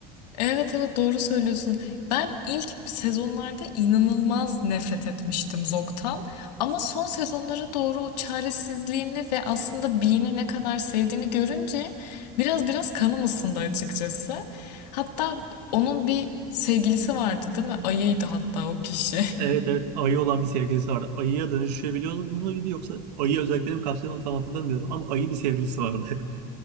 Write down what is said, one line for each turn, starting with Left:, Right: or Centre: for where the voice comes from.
Left: Evet evet doğru söylüyorsun. Ben ilk sezonlarda inanılmaz nefret etmiştim Zog'tan. Ama son sezonlara doğru o çaresizliğini ve aslında Bean'i ne kadar sevdiğini görünce biraz biraz kanım ısındı açıkçası. Hatta onun bir sevgilisi vardı değil mi? Ayıydı hatta o kişi. <laughs>
Right: Evet evet ayı olan bir sevgilisi vardı. Ayıya dönüşebiliyor muydu yoksa ayı özelliklerini mi kapsıyordu onu tam hatırlamıyorum ama ayı bir sevgilisi vardı. <laughs>